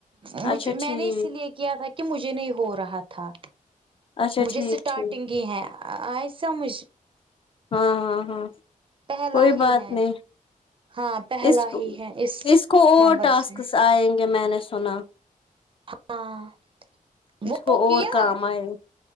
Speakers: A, on the right; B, on the left.
A: مجھ
B: اچھا
A: میں
B: ٹھیک
A: نے اس لیے کیا تھا کہ مجھے نہیں ہو رہا تھا
B: اچھا
A: مجھے
B: ٹھیک
A: اسٹارٹنگ
B: ٹھیک
A: ہی ہے آ ی سمجھ
B: ہاں ہاں ہاں
A: پہلا
B: کوئی
A: ہی
B: بات
A: ہے
B: نہیں
A: ہاں پہلا
B: اس کو
A: ہی ہے
B: اس کو اور
A: نمبر
B: ٹاسکس
A: سے
B: آئیں گے میں نے سنا
A: ہاں وہ
B: اس کو اور
A: کیا
B: کام آئے